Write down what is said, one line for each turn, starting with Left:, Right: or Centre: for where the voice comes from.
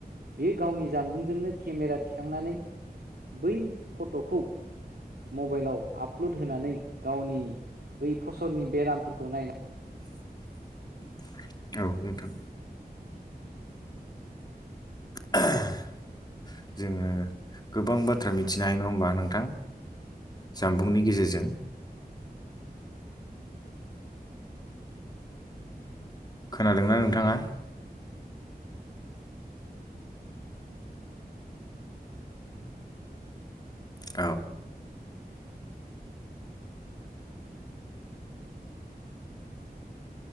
Right: बेयो गावनि जानबुंजोंनो केमेरा थिखांनानै बै फट'खौ मबाइलआव आपल'ड होनानै गावनि बै फसलनि बेरामफोरखौ नायनानै।
Left: अ <inaudible> औ नोंथां। ह <inaudible> जोङो गोबां बाथ्रा मिथिनो हायो नङा होमबा नोंथां। जामबुंनि गेजेरजों खोनादोंना नोंथाङा। औ।